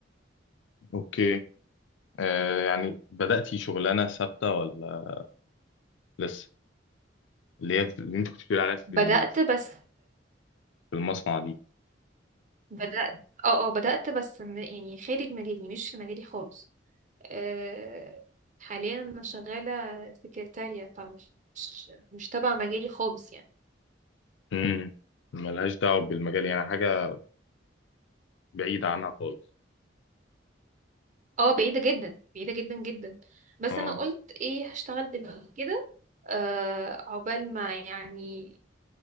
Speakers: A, on the left (about 75°); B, on the right (about 40°).
A: أوكي آه يعني بدأتي شغلانة ثابتة ولا لسه؟ اللي هي في- اللي أنت كنت بتقولي عليها في
B: بدأت بس
A: في المصنع دي
B: بدأت اه اه بدأت بس م- يعني خارج مجالي مش في مجالي خالص أه حاليا انا شغالة سكرتارية فمش مش مش تبع مجالي خالص يعني
A: امم ملهاش دعوة بالمجال يعني حاجة بعيدة عنها خالص
B: اه بعيدة جدا بعيدة جدا جدا بس
A: اه
B: انا قلت ايه هشتغل دلوقتي كده أه عقبال ما يعني